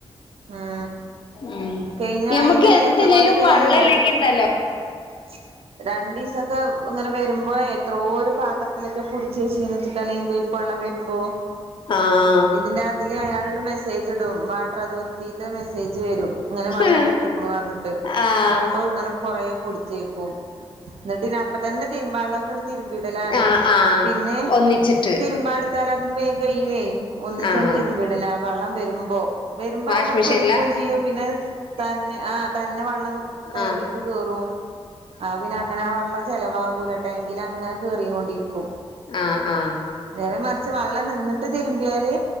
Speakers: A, on the right (about 70°); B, on the left (about 50°).
A: ഉം
B: ഉം
A: കഴിഞ്ഞ
B: ഞമ്മക്ക്
A: അയിന്റ മേലത്ത
B: എന്തില്ലേലും
A: കൊല്ലൊക്കെ.
B: വള്ളം
A: <unintelligible>
B: ഇല്ലെങ്കി ഇണ്ടല്ലോ
A: രണ്ടീസ ക്ക ഇങ്ങന വരുമ്പോ എത്രോ ഒരു പാത്രത്തിലൊക്കെ പുടി ചേച്ചിന്ന് <unintelligible> <unintelligible> വെള്ളം വരുമ്പോ
B: ആഹ്
A: ഇതിൻ്റെതില് അയാള്ടെ മെസ്സേജ് ഇടും വാട്ടർ അതോറിറ്റീത്തെ മെസ്സേജ് വരും ഇങ്ങന വെള്ളം
B: ആഹ്
A: മുട്ടൂക്കണൂന്നു പറഞ്ഞിട്ട്
B: ആഹ്
A: അപ്പൊ ഇങ്ങനെ കൊറേ പിടിച്ചേക്കും എന്നിട്ട് പിന്ന അപ്പ തന്നെ തിരുമ്പാള്ളേക്കണ്ട് തിരുമ്പിടലാണ്
B: ആഹ് ആഹ്
A: പിന്നെ
B: ഒന്നിച്ചിട്ട്
A: തിരുമ്പാനെടുത്താൽ അതന്ന് വേഗം കഴിയേ ഒന്നിച്ചണ്ട്
B: ആഹ്
A: തിരുമ്പീടലാ വെള്ളം വരുമ്പോ വരുമ്പ
B: വാഷ്
A: നമ്മള്
B: മെഷീനിലാ
A: പിടിക്കുകയും ചെയ്യും പിന്നെ തന്നെ ആഹ് തന്നെ വെള്ളം ടാങ്കീക്ക്
B: ആഹ്
A: കേറും ആഹ് പിന്നെ അങ്ങനെ ആ വെള്ളം ചെലവാകൂല ടാങ്കില് അങ്ങനെ കേറീം കൊണ്ടിരിക്കും
B: ആഹ് ആഹ്
A: നേരെ മറിച്ച് വെള്ളം നിന്നിട്ട് തിരുമ്പിയാല്